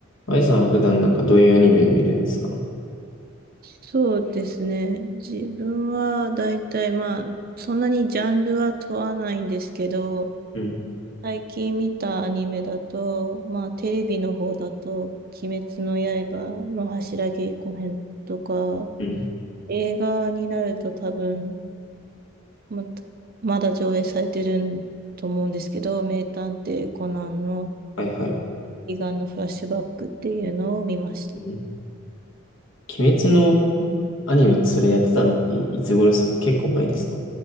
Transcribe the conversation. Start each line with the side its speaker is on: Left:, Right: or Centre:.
Left: あいさんは普段なんかどういうアニメ見るんですか
Right: そうですね。自分は大体まあ、そんなにジャンルは問わないんですけど、
Left: うん、
Right: 最近見たアニメだと、まあテレビの方だと、鬼滅の刃の柱稽古編とか、
Left: うん、
Right: 映画になると多分、また、まだ上映されてると思うんですけど、名探偵コナンの
Left: はいはい。
Right: 悲願のフラッシュバックっていうのを見ました。
Left: うん。鬼滅のアニメってそれやってたのってい、いつ頃ですか結構前ですか